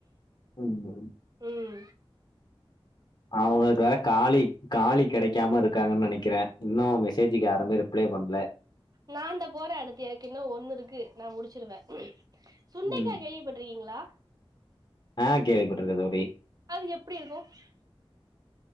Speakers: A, on the left; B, on the right.
A: <unintelligible>
B: ம்
A: அவுங்குளுக்கு வேற காலி காலி கெடைக்காம இருக்காங்கனு நெனைக்கிற இன்னு மெசேஜிக்கி யாருமே ரிப்ளை பண்ல
B: நா அந்த போற அடுத்து எனக்கு இன்னு ஒண்ணு இருக்கு நா முடிச்சிருவே சுண்டைக்கா
A: ம்
B: கேள்விப்பட்டிருக்கீங்களா
A: ஆ கேவிப்பட்டுருக்க தோழி
B: அது எப்டிருக்கு